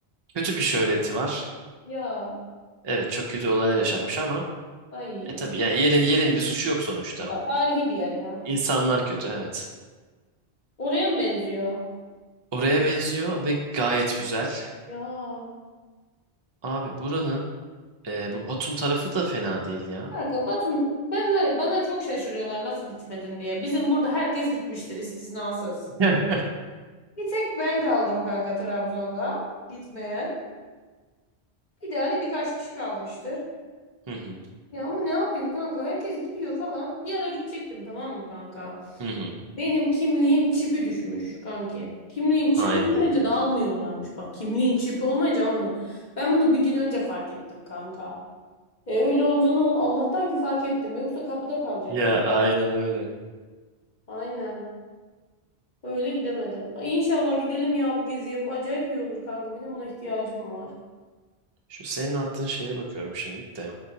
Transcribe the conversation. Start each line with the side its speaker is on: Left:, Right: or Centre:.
Right: Kötü bir şöhreti var.
Left: Ya
Right: Evet çok kötü olaylar yaşanmış ama
Left: ay.
Right: e tabii yani yerin yerin bir suçu yok sonuçta.
Left: Ya tarihi bir yer ya.
Right: İnsanlar kötü evet.
Left: Oraya mı benziyor?
Right: Oraya benziyor ve gayet güzel.
Left: Ya.
Right: Abi buranın e, bu Batum tarafı da fena değil ya.
Left: Kanka Batum ben var ya bana çok şaşırıyorlar nasıl gitmedin diye. Bizim burada herkes gitmiştir istisnasız.
Right: <laughs>
Left: Bir tek ben kaldım kanka Trabzon'da gitmeyen. Bir de hani birkaç kişi kalmıştır.
Right: Hı hı.
Left: Ya ama ne yapayım kanka herkes gidiyor falan. Bir ara gidecektim tamam mı kanka?
Right: Hı hı.
Left: Benim kimliğin çipi düşmüş kanki. Kimliğin
Right: Haydi.
Left: çipi olmayınca da almıyorlarmış. Bak kimliğin çipi olmayınca almıyor. Ben bunu bir gün önce fark ettim kanka. E öyle olunca ne oldu? Allah'tan ki fark ettim. Yoksa kapıda kalacaktı.
Right: Ya aynen öyle.
Left: Aynen. Öyle gidemedim. Ay inşallah gidelim ya bu geziye. Bu acayip iyi olur kanka. Benim buna ihtiyacım var.
Right: Şu senin attığın şeye bakıyorum şimdilik de.